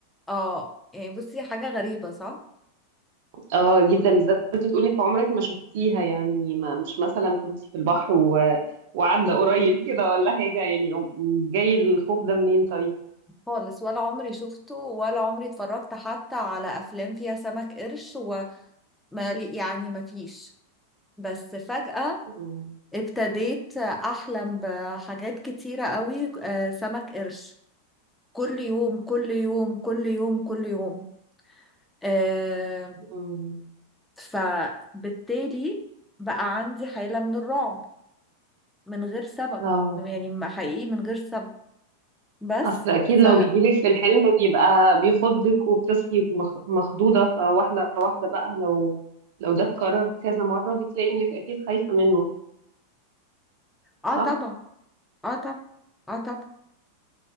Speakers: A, in the centre; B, on the right.
A: اه يعني بصي حاجه غريبه صح
B: اه جدا بالذات بتقولك عمرك ما شفتيها يعني ما مش مثلا كنت في البحر و... وعدى قريب كده ولا حاجة يعني أم- جاي الخوف ده منين طيب
A: خالص ولا عمري شفته ولا عمري اتفرجت حتى على افلام فيها سمك قرش وما لي- يعني ما فيش بس فجأة
B: مم.
A: ابتديت احلم بحاجات كتيره قوي آه، سمك قرش كل يوم كل يوم كل يوم كل يوم آه
B: مم.
A: فبالتالي بقى عندي حالة من الرعب من غير سبب
B: اه
A: يعني ما حقيقي من غير سبب بس
B: اصل اكيد
A: ف
B: لو بيجيلك في الحلم بيبقى بيخضك وبتصحي مخ- مخضوضة فواحدة واحدة بقى لو لو ده اتكرر كذا مرة بتلاقي انك اكيد خايفة منه
A: اه
B: صح؟
A: طبعا اه طبعا اه طبعا